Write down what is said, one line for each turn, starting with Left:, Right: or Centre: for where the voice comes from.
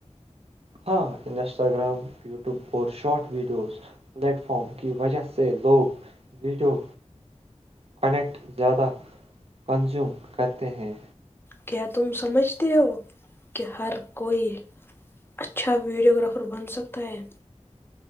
Right: ہاں انسٹاگرام یوٹیوب اور شارٹ ویڈیوز پلیٹ فاروم کی وجہ سے لوگ ویڈیو کنیکٹ زیادہ کنزیوم کرتے ہیں
Left: کیا تم سمجھتے ہو کہ ہر کوئی اچھا ویڈیوگررافر بن سکتا ہے